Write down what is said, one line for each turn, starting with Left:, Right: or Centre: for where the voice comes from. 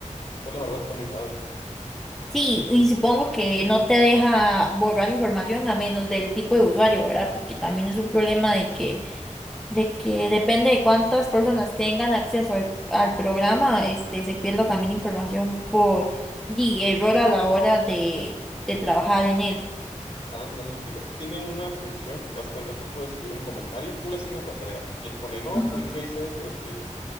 Left: Entonces, la verdad está muy padre.
Centre: Sí, y supongo que no te deja borrar información a menos del tipo de usuario, ¿verdad? Porque también es un problema de que, de que depende de cuántas personas tengan acceso al, al programa, este, se pierda también información por di, error a la hora de, de trabajar en él.
Left: Ándale, fíjate, tiene una función que hace cuenta, tú puedes subir un comentario, tú le asignas la tarea y él pone, no,
Centre: Ujú.
Left: pues yo ya hice esto, esto y esto.